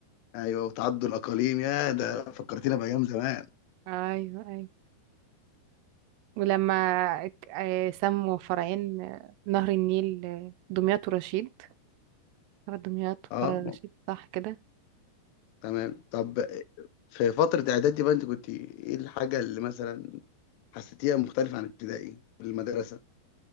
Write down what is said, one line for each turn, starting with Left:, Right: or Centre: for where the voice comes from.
Left: ايوه وتعدد الاقاليم يا ده فكرتينا بايام زمان
Right: أيوة أيوة ولما ك- آه، سموا فرعين آه، نهر النيل آه، دمياط ورشيد فرع دمياط
Left: اه
Right: وفرع رشيد صح كده
Left: تمام طب في فترة اعدادي بقى انت كنت ايه الحاجة اللي مثلا حسيتيها مختلفة عن ابتدائي في المدرسة